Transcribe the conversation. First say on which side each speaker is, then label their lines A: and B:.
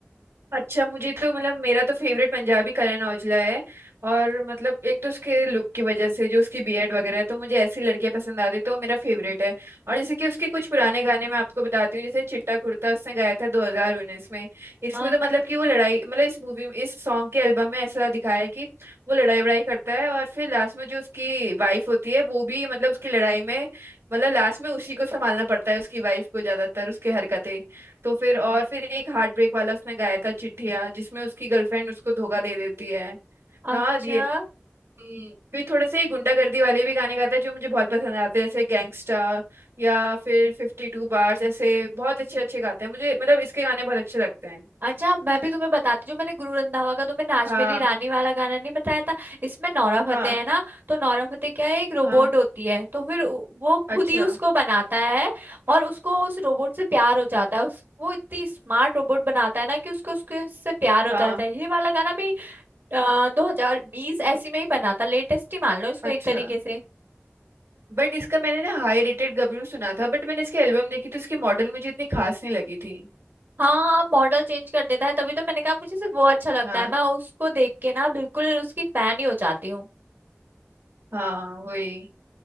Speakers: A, on the right (about 75°); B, on the right (about 55°).
A: अच्छा मुझे तो मतलब मेरा तो फेवरेट पंजाबी करण औजला है और मतलब एक तो उसके लुक की वजह से जो उसकी बीएड वगैरह है तो मुझे ऐसी लड़कियां पसंद आती है तो वो मेरा फेवरेट है और जैसे कि उसके कुछ पुराने गाने मैं आपको बताती हूँ जैसे चिट्टा कुर्ता उसने गाया था 2019 में इसमें
B: हाँ
A: तो मतलब कि वो लड़ाई मतलब इस मूवी में इस सॉन्ग के एल्बम में ऐसा दिखाया है कि वो लड़ाई वड़ाई करता है और फिर लास्ट में जो उसकी वाइफ होती है वो भी मतलब उसकी लड़ाई में मतलब लास्ट में उसी को संभालना पड़ता है उसकी वाइफ को ज्यादातर उसके हरकतें तो फिर और फिर एक हार्ट ब्रेक वाला उसने गाया था चिट्ठिया जिसमें उसकी गर्लफ्रेंड उसको धोखा दे देती है हाँ
B: अच्छा
A: ये हम्म, फिर थोड़े से गुंडागर्दी वाले भी गाने गाता है जो मुझे बहुत पसंद आते हैं जैसे गैंगस्टा या फिर फिफ्टी टू बार्स ऐसे बहुत अच्छे अच्छे गाते हैं मुझे मतलब इसके गाने बहुत अच्छे लगते हैं
B: अच्छा मैं भी तुम्हें बताती हूँ मैंने गुरु रंधावा का तुम्हें नाच
A: हाँ
B: मेरी रानी वाला गाना नहीं बताया था इसमें नोरा
A: हाँ
B: फतेही है ना तो नोरा फतेही क्या है एक रोबोट
A: हाँ
B: होती है तो फिर उ- वो खुद
A: अच्छा
B: ही उसको बनाता है और उसको उस रोबोट से प्यार हो जाता है उस वो इतनी स्मार्ट रोबोट बनाता है ना कि उसको उसके उससे प्यार हो
A: हाँ
B: जाता है ये वाला गाना भी आ, दो हजार बीस ऐसी में ही बना था लेटेस्ट ही मान लो इसको
A: अच्छा
B: एक तरीके से
A: बट इसका मैंने ना हाई रेटेड गबरू सुना था बट मैंने इसकी एल्बम देखी तो इसकी मॉडल मुझे इतनी खास नहीं लगी थी
B: हाँ मॉडल चेंज कर देता है तभी तो मैंने कहा मुझे सिर्फ वो अच्छा लगता
A: हाँ
B: है मैं उसको देख के ना बिल्कुल उसकी फैन ही हो जाती हूँ
A: हाँ वही